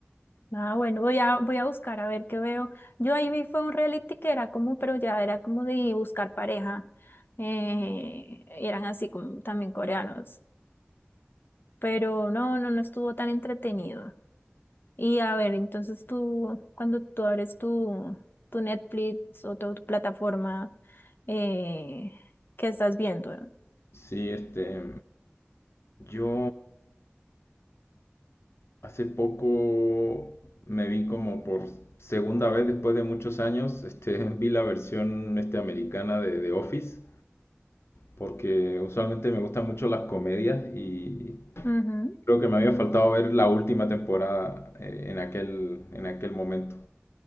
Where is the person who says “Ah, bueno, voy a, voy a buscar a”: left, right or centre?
Left